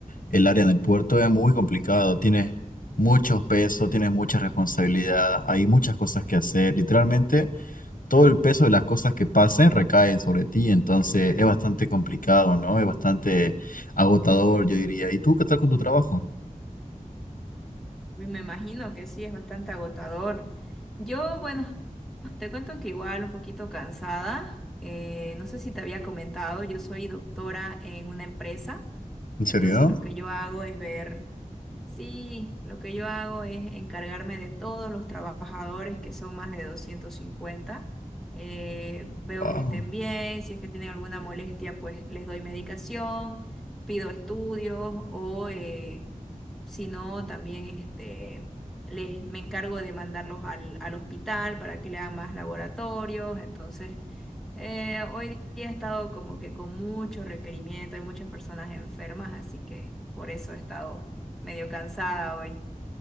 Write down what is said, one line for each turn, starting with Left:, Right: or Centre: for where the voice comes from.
Left: el área en el puerto es muy complicado. Tienes muchos pesos, tienes mucha responsabilidad, hay muchas cosas que hacer. Literalmente, todo el peso de las cosas que pasen recaen sobre ti, entonces es bastante complicado, ¿no? Es bastante agotador, yo diría. ¿Y tú qué tal con tu trabajo?
Centre: Pues me imagino que sí, es bastante agotador. Yo, bueno, te cuento que igual un poquito cansada. Eh, no sé si te había comentado, yo soy doctora en una empresa,
Left: ¿En
Centre: entonces
Left: serio?
Centre: lo que yo hago es ver, sí, lo que yo hago es encargarme de todos los trabajadores que son más de 250. Eh, veo
Left: Wow.
Centre: que estén bien, si es que tienen alguna molestia, pues les doy medicación, pido estudios o... eh, sino también este, les, me encargo de mandarlos al, al hospital para que le hagan más laboratorios. Entonces, eh, hoy día he estado como que con mucho requerimiento, hay muchas personas enfermas, así que por eso he estado medio cansada hoy.